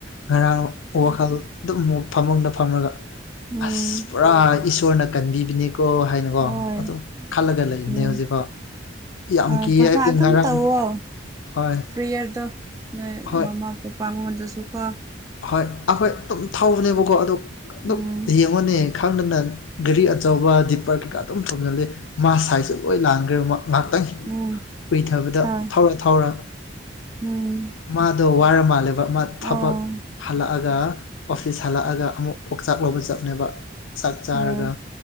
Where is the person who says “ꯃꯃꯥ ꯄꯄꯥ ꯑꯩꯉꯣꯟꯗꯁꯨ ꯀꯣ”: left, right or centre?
Right